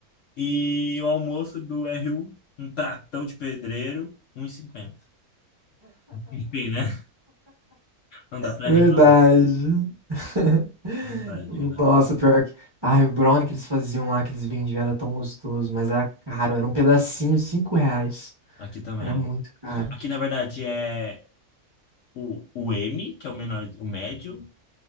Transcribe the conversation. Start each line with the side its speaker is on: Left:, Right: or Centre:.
Left: E o almoço do RU, um um pratão de pedreiro, um e cinquenta Enfim, né? Não dá pra
Right: Verdade.
Left: reclamar.
Right: <laughs>
Left: Não pode,
Right: Nossa,
Left: né?
Right: pior que. Ai, o brownie que eles faziam lá, que eles vendiam, era tão gostoso, mas era caro, era um pedacinho, cinco reais.
Left: Aqui também.
Right: Era muito caro.
Left: Aqui, na verdade, é o, o M, que é o menor, o médio.